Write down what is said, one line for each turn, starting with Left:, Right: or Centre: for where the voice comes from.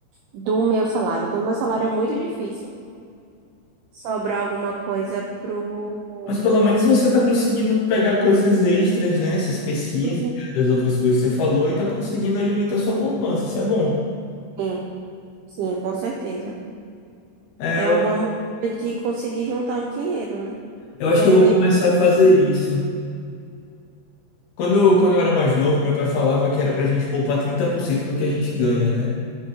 Right: do meu salário. Do meu salário é muito difícil sobrar alguma coisa pro.
Left: Mas pelo menos você está conseguindo pegar coisas extras, né? Essas pesquisas,
Right: pro
Left: as outras coisas que você falou, e está conseguindo alimentar sua poupança. Isso é bom.
Right: Enem. Sim, com certeza.
Left: É,
Right: É
Left: eu,
Right: uma boa maneira de conseguir juntar um dinheiro, né?
Left: eu acho
Right: E aí
Left: que eu
Right: eu
Left: vou
Right: evito.
Left: começar a fazer isso. Quando, quando eu era mais novo, meu pai falava que era para a gente poupar 30% do que a gente ganha, né?